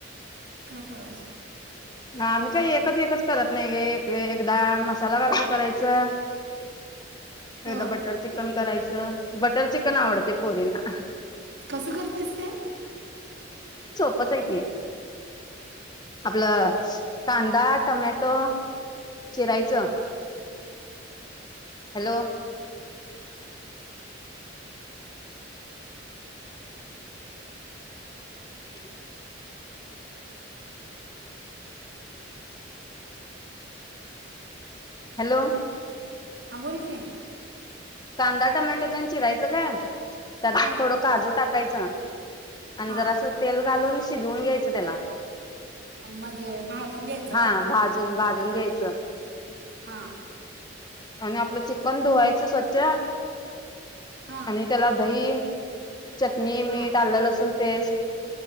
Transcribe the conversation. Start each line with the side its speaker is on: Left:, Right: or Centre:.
Right: काय करायच....
Left: ह आम्ही का एकच एकच करत नाही एक एकदा मसाला घालून करायच.... च
Right: अ,
Left: एकदा बटर चिकन करायचं. बटर चिकन आवडतंय पोरीना.
Right: कसं करतेस ते?
Left: पथं आहे की आपलं.... कांदा टमॅटो चिरायच... हॅलो <inaudible> हॅलो
Right: हां बोल की...
Left: कांदा टोमॅटो तेन चिरायचं काय..... त्यात
Right: हां,
Left: थोडं काजू टाकायचा. आणि
Right: हां.
Left: जरासं तेल घालून शिजवून घ्यायचं त्याला.
Right: म्हणजे भाजून घ्यायच...
Left: हा भाजून भाजून घ्यायचं.
Right: हा.
Left: आणि आपलं चिकन धुवायचं स्वच्छ
Right: हां,
Left: आणि त्याला दही चटणी,
Right: हां,
Left: मीठ, आलं, लसून पेष्ट...